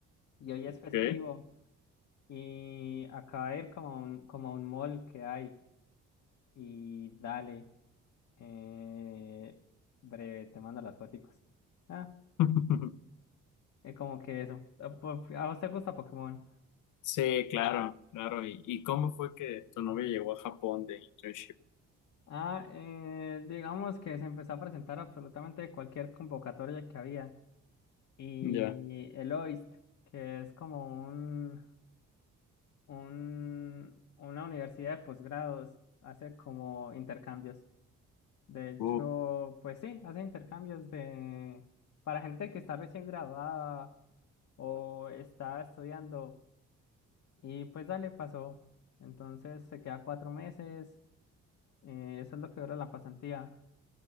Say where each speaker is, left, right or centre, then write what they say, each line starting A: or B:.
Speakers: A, on the left; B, on the left.
A: y hoy es festivo
B: Ok.
A: y acaba de ir como a un, como a un mall que hay y dale. Eh, breve, te mando las foticos. Ah,
B: <laughs>
A: es como que eso. ¿A po- a vos te gusta Pokémon?
B: Sí, claro, claro. ¿Y, y cómo fue que tu novia llegó a Japón de internship?
A: Ah, eh, digamos que se empezó a presentar absolutamente cualquier convocatoria que había. Y
B: Ya.
A: el OIST, que es como un, un, una universidad de posgrados, hace como intercambios. De hecho,
B: Uh,
A: pues sí, hace intercambios de para gente que está recién graduada o está estudiando Y pues dale, pasó. Entonces se queda cuatro meses, eh, eso es lo que dura la pasantía.